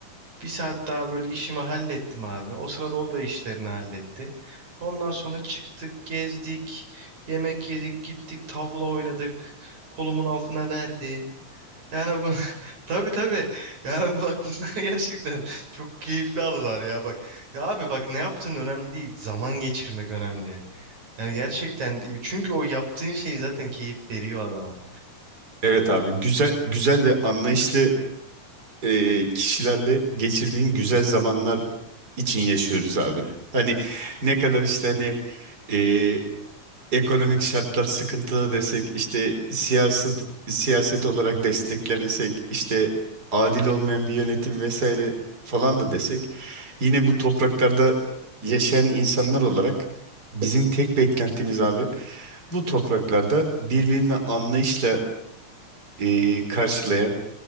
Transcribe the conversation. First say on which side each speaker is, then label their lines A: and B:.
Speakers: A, on the right (about 70°); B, on the right (about 30°).
A: Bir saat daha böyle işimi hallettim abi. O sırada o da işlerini halletti. Ondan sonra çıktık, gezdik, yemek yedik, gittik, tavla oynadık. Kolumun altına verdi. Yani bu <laughs> tabii tabii. Yani bak bunlar <laughs> gerçekten çok keyifli anılar ya bak. Ya abi bak ne yaptığın önemli değil. Zaman geçirmek önemli. Yani gerçekten değil. çünkü o yaptığın şey zaten keyif veriyor adama.
B: Evet abi güzel güzel ve anlayışlı e, kişilerle geçirdiğin güzel zamanlar için yaşıyoruz abi. Hani ne kadar işte hani e, ekonomik şartlar sıkıntılı desek, işte siyaset siyaset olarak desteklemesek, işte adil olmayan bir yönetim vesaire falan da desek, yine bu topraklarda yaşayan insanlar olarak bizim tek beklentimiz abi bu topraklarda birbirini anlayışla e, karşılayan,